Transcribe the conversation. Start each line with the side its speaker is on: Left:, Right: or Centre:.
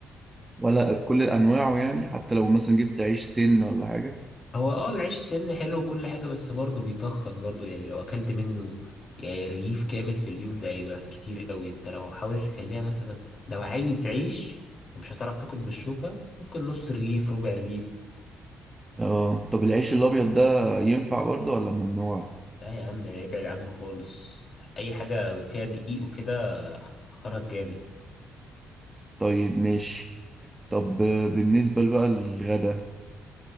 Right: ولا كل أنواعه يعني حتى لو مثلا جبت عيش سن ولا حاجة
Left: هو اه العيش سن حلو وكل حاجة بس برضه بيتخن برضه يعني لو أكلت منه يعني رغيف كامل في اليوم ده هيبقى كتير قوي انت لو حاولت تخليها مثلا لو عايز عيش انت مش هتعرف تاكل بالشوكة ممكن نص رغيف ربع رغيف
Right: اه طب العيش الأبيض ده ينفع برضو ولا ممنوع
Left: لا يا عم ابعد عنه خالص أي حاجة فيها دقيق وكده هتخنك جامد
Right: طيب ماشي طب آه، بالنسبة بقى للغدا